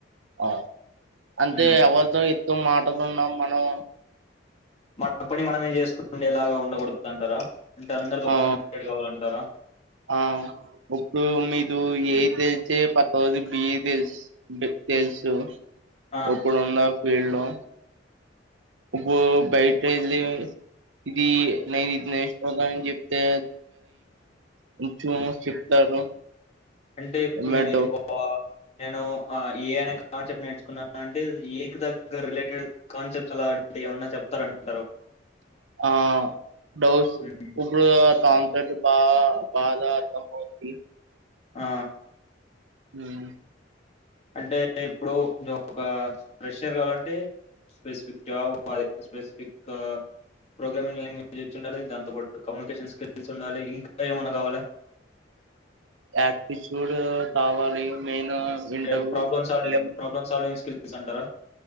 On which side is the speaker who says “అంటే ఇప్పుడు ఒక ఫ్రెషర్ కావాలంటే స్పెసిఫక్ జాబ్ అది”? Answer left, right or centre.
Left